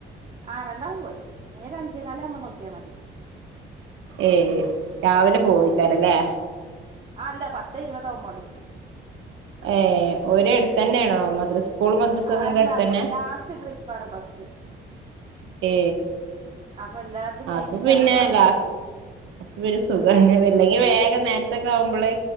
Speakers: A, on the right; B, on the right.
A: ആഹ് രണ്ടാളും പോയി ഇനി ഒരു അഞ്ചേകാല് ആകുമ്പോ നോക്കിയാ മതി
B: ഏയ് രാവിലെ പോയിക്കാരല്ലേ
A: ആ അല്ല പത്ത് ഇരുപതാവും പോണെങ്കില്
B: ഏ <unintelligible> അടുത്ത് തന്നെയാണോ മദ്രസ് സ്കൂൾ മദ്രസക്കെ
A: അല്ല
B: അടുത്തന്നെ
A: ലാസ്റ്റ് ട്രീ <unintelligible> ബസ്സ്
B: ഏ
A: അപ്പൊ എല്ലാര്തും കഴിഞ്ഞിട്ടാണ്
B: അത് പിന്നെ
A: ഈ ഭാഗത്ത്ക്ക്
B: ലാസ്
A: വരിക
B: അപ്പൊ പിന്നെ സുഖ <unintelligible> അല്ലെങ്കി വേഗം നേരത്തക്കെ ആകുമ്പോള്